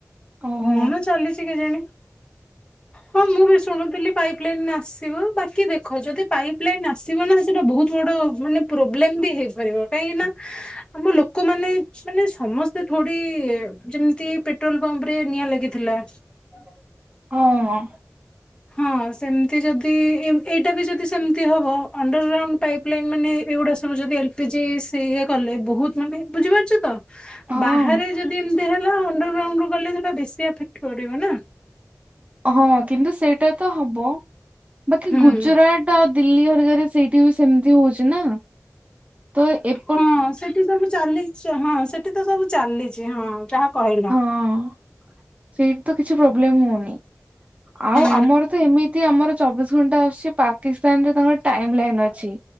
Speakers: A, on the right (about 25°); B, on the left (about 15°).
A: ଓହୋ।
B: କଣ ଚାଲିଛି କେଜାଣି? ହଁ ମୁଁ ବି ଶୁଣୁଥିଲି ପାଇପ୍ ଲାଇନରେ ଆସିବ ବାକି ଦେ ଖ ଯଦି ପାଇପ୍ ଲାଇନ୍ ଆସିବ ନା ସେଟା ବହୁତ ବଡ ମାନେ ପ୍ରୋବ୍ଲେମ ବି ହେଇପାରିବ। କାହିଁକି ନା ଆମ ଲୋକମାନେ ମାନେ ସମସ୍ତେ ଥୋଡି ଯେମିତି ପେ ଟ୍ରୋଲ୍ ପମ୍ପରେ ନିଆଁ ଲାଗିଥିଲା।
A: ହଁ
B: ହଁ ସେମତି ଯଦି ଏମ୍ ଏଇଟା ବି ଯଦି ସେମତି ହବ ଅଣ୍ଡରଗ୍ରାଉଣ୍ଡ ପାଇପ ପ୍ ଲାଇନ୍ ମାନେ ଏଗୁଡା ସବୁ ଯଦି ଏଲ୍ପିଜିି ସେ ଇଏ କଲେ ବହୁତ ମାନେ ବୁଝିପାରୁଛ ତ?
A: ହଁ
B: ବାହାରେ ଯଦି ଏମିତି ହେଲା ଅଣ୍ଡରଗ୍ରାଉଣ୍ଡରୁ ଗଲେ ସେଟା ବେଶୀ ଆଫେକ୍ଟ ପଡିବ ନା।
A: ହଁ କିନ୍ତୁ ସେଇଟା ତ ହବ, ବାକି
B: ହୁଁ
A: ଗୁଜୁରା ଟ ଦିଲ୍ଲୀ ହରିକାରେ ସେଇଠି ବି ସେମିତି ହଉଛି ନା, ତ ଏ
B: ହଁ ସେଠି ସବୁ ଚାଲିଚି ହଁ, ସେଠି ତ ସବୁ ଚାଲିଛି ହଁ ଯାହା କହିଲ।
A: ହଁ, ସେଇଠି ତ କିଛି ପ୍ରୋବ୍ଲେମ୍ ହଉନି, ଆଉ
B: ହୁଁ
A: ଆମର ତ ଏମିତି ଆମର ଚବିଶ୍ ଘଣ୍ଟା ଆସୁଛି ପାକିସ୍ତାନରେ ତାଙ୍କର ଟାଇମ୍ ଲାଇନ୍ ଅଛି।